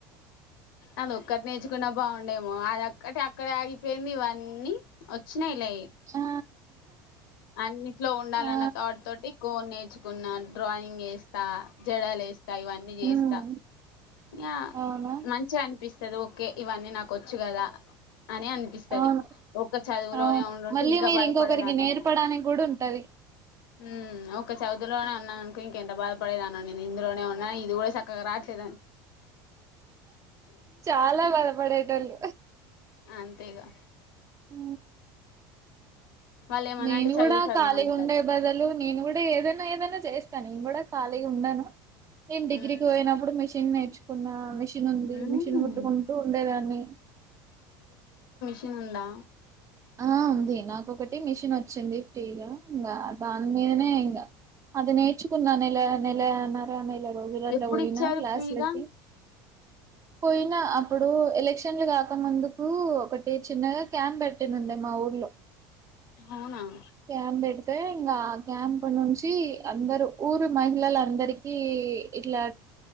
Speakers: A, on the left; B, on the right.
A: అది ఒక్కటి నేర్చుకున్నా బాగు ఉండేమో అది అక్కటి అక్కడ ఆగిపోయింది ఇవన్నీ వచ్చినాయిలే,
B: ఆ
A: అన్నిట్లో ఉండాలన్న
B: ఆ
A: తథట్ తోటి కోన్ నేర్చుకో న్న డ్రాయింగ్ వేస్తా, జడలు వేస్తా, ఇవన్నీ
B: హ్మ్
A: చేస్తా, ఇగా
B: అవునా
A: మంచిగా అనిపిస్తంది ఓకే ఇవన్నీ నాకొచ్చు కదా, అని అనిపిస్తది
B: అవును
A: ఒక్క చదువులోనే
B: అవును
A: ఉండింటే
B: మళ్ళీ
A: ఇంకా
B: మీరు
A: బాధపడేదాన్ని
B: ఇంకొకరికి నేర్పడానికి
A: ఏమో
B: కూడా ఉంటది
A: ఉ ఒక చదువు లోనే ఉన్నానుకో ఇంకెంత బాదా బాధపడేదానో నేను ఇందులోనే ఉన్నా ఇది కూడా చక్కగా రావట్లేదని
B: చాలా బాధపడేటోళ్ళు,
A: అంతేగా
B: ఊ
A: వాళ్ళు ఏమన్నా
B: నేను
A: అంటే చదువు
B: కూడా
A: చదువు
B: ఖాళీ
A: అంటారు
B: ఉండే బదులు నేను కూడా ఏదైనా ఏదైనా చేస్తా నేను కూడా ఖాళీ ఉండను నేను డిగ్రీకి
A: ఉమ్
B: పోయినప్పుడు మిషన్ నేర్చుకున్నా, మిషన్ మిషన్ ఉంది
A: ఉమ్
B: మిషిన్ కుట్టుకుంటూ ఉండేదాన్ని
A: మిషిన్ ఉందా
B: ఆ ఉంది నాకొకటి మిషిన్ వచ్చింది ఫ్రీగా ఇంకా దాని మీదనే ఇంకా అది నేర్చుకున్న నెల నెల నర నెల రోజు గంట
A: ఎప్పుడు
B: పోయిన
A: ఇచ్చారు
B: క్లాస్కి
A: ఫ్రీగా
B: పోయినా అప్పుడు ఎలక్షన్లు కాక ముందుకు ఒకటి చిన్నగా క్యాంప్ పెట్టిందిండే, మా ఊర్లో
A: అవునా
B: క్యాంప్ పెడితే ఇంకా క్యాంప్ నుంచి అందరు ఊరు మహిళల అందరికి ఇట్లా